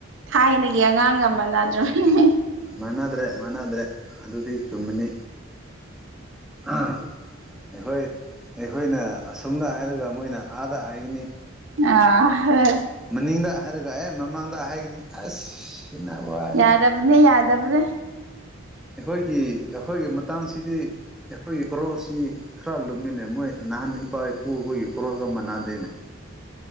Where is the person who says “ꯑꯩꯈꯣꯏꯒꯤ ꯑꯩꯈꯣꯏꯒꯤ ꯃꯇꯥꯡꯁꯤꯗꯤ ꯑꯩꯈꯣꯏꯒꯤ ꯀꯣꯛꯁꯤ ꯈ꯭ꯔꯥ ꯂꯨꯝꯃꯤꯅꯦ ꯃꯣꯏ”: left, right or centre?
Centre